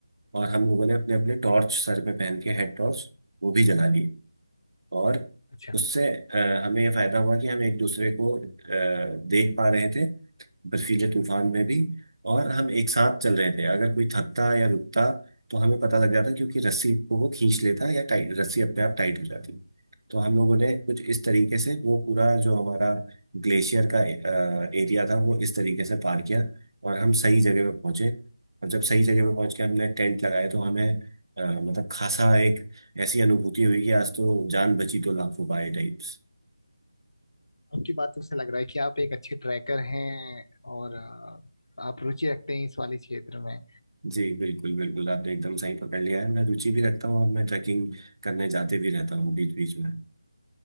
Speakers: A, on the right (about 75°); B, on the left (about 80°).
A: और हम लोगों ने अपने अपने टॉर्च सर पे पहन के हेड टॉर्च वो भी जला लिए और
B: अच्छा
A: उससे अ, हमें ये फायदा हुआ कि हम एक दूसरे को अ, देख पा रहे थे बर्फीले तूफान में भी और हम एक साथ चल रहे थे अगर कोई थकता या रुकता तो हमें पता लग जाता क्योंकि रस्सी को वो खींच लेता या टाइट रस्सी अपने आप टाइट हो जाती तो हम लोगों ने कुछ इस तरीके से वो पूरा जो हमारा ग्लेशियर का एरिया था वो इस तरीके से पार किया और हम सही जगह पे पहुंचे और जब सही जगह पे पहुंच के हमने टेंट लगाए तो हमें अ, मतलब खासा एक ऐसी अनुभूति हुई कि आज तो जान बची तो लाखों पाए टाइप्स
B: आपकी बातों से लग रहा है कि आप एक अच्छे ट्रैकर हैं और अ, आप रुचि रखते हैं इस वाले क्षेत्र में
A: जी बिल्कुल बिल्कुल आपने एकदम सही पकड़ लिया है मैं रुचि भी रखता हूँ और मैं ट्रैकिंग करने जाते भी रहता हूँ बीच बीच में